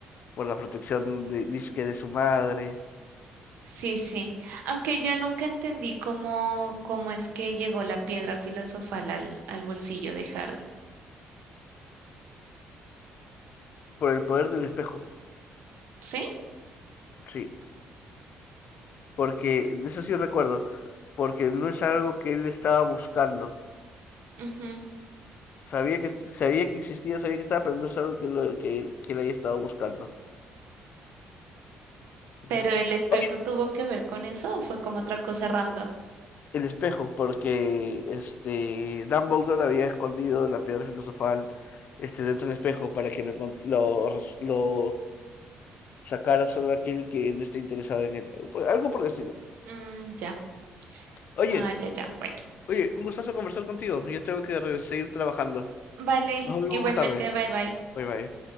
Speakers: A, on the left; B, on the right.
A: por la protección de, dizque de su madre,
B: Sí, sí. Aunque yo nunca entendí cómo, cómo es que llegó la piedra filosofal al, al bolsillo de Harry.
A: por el poder del espejo,
B: ¿Sí?
A: sí, porque eso sí recuerdo, porque no es algo que él estaba buscando.
B: Ujú.
A: Sabía que, sabía que existía, sabía que estaba, pero no es algo que, lo, que, que le haya estado buscando.
B: ¿Pero
A: Ujú.
B: el espejo
A: Obvio,
B: tuvo que ver con eso o fue como otra cosa random?
A: el espejo, porque este, Dumbledore había escondido la piedra filosofal este, dentro del espejo para que lo, encont- lo, res- lo sacara solo aquel que no esté interesado en él. Algo por, algo por el estilo.
B: Mm, ya.
A: Oye,
B: Ah, ya, ya.
A: un-
B: Bueno.
A: oye, un gustazo conversar contigo. Yo tengo que re- seguir trabajando.
B: Vale.
A: Nos vemos
B: Igualmente,
A: más tarde.
B: bye bye.
A: Bye bye.